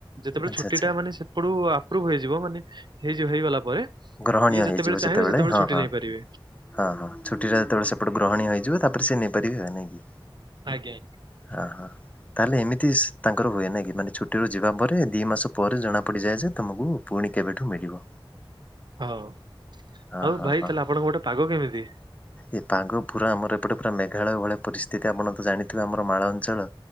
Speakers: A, on the right; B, on the left.
A: ଯେତେବେଳେ
B: ଆଚ୍ଛା
A: ଛୁଟିଟା
B: ଆଚ୍ଛା
A: ମାନେ ସେପଟୁ ଆପ୍ରୁଭ ହେଇଯିବ ମାନେ ହେଇଯିବ ହେଇଗଲା ପରେ,
B: ଗ୍ରହଣୀୟ
A: ଇଏ ଯେତେବେଳେ
B: ହେଇଯିବ
A: ଚାହିଁବେ ସେତେବେଳେ
B: ହଁ
A: ଛୁଟି
B: ହଁ
A: ନେଇପାରିବେ।
B: ହଁ ହଁ। ଛୁଟିଟା ଯେତେବେଳେ ସେପଟେ ଗ୍ରହଣୀୟ ହେଇଯିବ, ତାପରେ ସିଏ ନେଇପାରିବେ ଆଉ ନାଇଁକି?
A: ଆଜ୍ଞା।
B: ହଁ ହଁ। ତାହେଲେ ଏମିତି ତାଙ୍କର ହୁଏ ନାହିଁ କି, ମାନେ ଛୁଟିରୁ ଯିବା ପରେ ଦି ମାସ ପରେ ଜଣା ପଡିଯାଏ ଯେ, ତମକୁ ପୁଣି କେବେଠୁ ମିଳିବ।
A: ହଉ ହଉ।
B: ହଁ
A: ଆଉ
B: ହଁ
A: ଭାଇ
B: ହଁ
A: ତାହେଲେ ଆପଣଙ୍କ ପଟେ ପାଗ କେମିତି?
B: ଏ ପାଗ ପୁରା ଆମର ଏପଟେ ପୁରା ମେଘାଳୟ ଭଳିଆ ପରିସ୍ଥିତି, ଆପଣ ତ ଜାଣିଥିବେ ଆମ ମାଳ ଅଞ୍ଚଳ